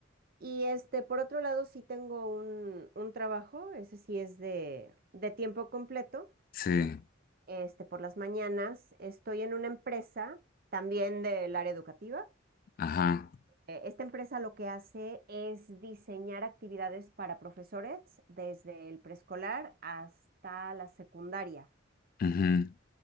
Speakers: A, on the right; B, on the left.
A: Y este, por otro lado, sí tengo un, un trabajo, ese sí es de, de tiempo completo.
B: sí,
A: Este, por las mañanas estoy en una empresa también del área educativa.
B: ajá.
A: Eh, Esta empresa lo que hace es diseñar actividades para profesores desde el preescolar hasta la secundaria.
B: ujú.